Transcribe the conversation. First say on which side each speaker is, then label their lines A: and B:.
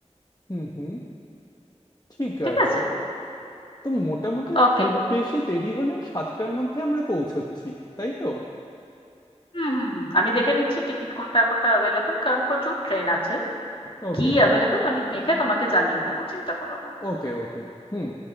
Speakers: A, on the left; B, on the left.
A: হুম হুম ঠিক
B: ঠিক
A: আছে
B: আছে
A: তো মোটামুটি
B: ওকে
A: খুব বেশি দেরি হলেও সাতটার মধ্যে আমরা পৌঁছচ্ছি তাই তো
B: হুম হুম হুম আমি দেখে নিচ্ছি টিকিট কোনটা কোনটা অ্যাভেলেবল কারণ প্রচুর ট্রেন আছে
A: ওকে
B: কি অ্যাভেলেবল আমি দেখে তোমাকে জানিয়ে দেবো চিন্তা করো না
A: ওকে ওকে হুম